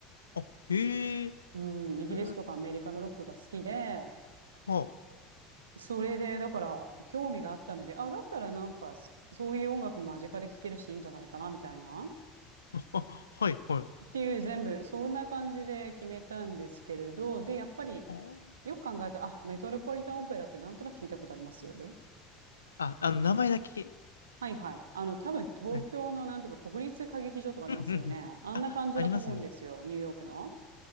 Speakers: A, on the left; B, on the right.
A: あ、へえ、へ
B: うん、イギリスとかアメリカのロックが好きで、
A: え、は
B: それでだから興味があったので、あ、だったらなんかそそういう音楽間近で聴けるしいいんじゃないかなみたいな。
A: あ、あ、<laughs> はい、はい。
B: っていう全部そんな感じで決めたんですけれど、で、やっぱり
A: あー、
B: よく考えたらあ、メトロポリタンオペラってなんとなく聞いたことあります
A: あ、あの、名前だけ。
B: はいはい。あの、多分東京のなんとか国立歌劇場とかありますよね。
A: はい。うん、うん、うん。
B: あんな感じだと思うんですよ、
A: あ、ありますね。
B: ニューヨークの。